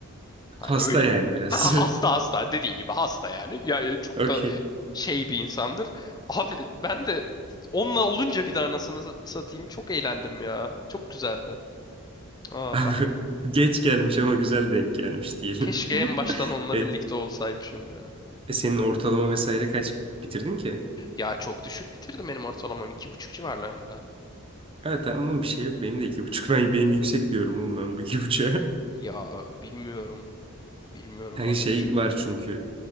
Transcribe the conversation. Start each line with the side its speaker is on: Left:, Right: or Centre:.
Left: Hani
Right: Hasta
Left: öyle.
Right: yani biraz.
Left: Ha, hasta hasta dediğin gibi hasta yani. Ya, ya çok
Right: <laughs> Okey.
Left: da şey bir insandır. Abi ben de onunla olunca bir daha anasını satayım çok eğlendim ya. Çok güzeldi. Ah.
Right: Abi geç gelmiş ama güzel denk gelmiş diyelim.
Left: Keşke
Right: <laughs>
Left: en baştan onunla
Right: e,
Left: birlikte olsaymışım ya.
Right: e, senin ortalama vesaire kaç bitirdin ki?
Left: Ya çok düşük bitirdim benim ortalamam. 2,5 civarlarında.
Right: Evet tamam bir şey yok. Benim de iki buçuk. Ben, benim yüksek diyorum oğlum ben bu iki buçuğa. <laughs>
Left: Ya bilmiyorum. Bilmiyorum
Right: Yani
Left: bana
Right: şey
Left: düşük.
Right: var çünkü.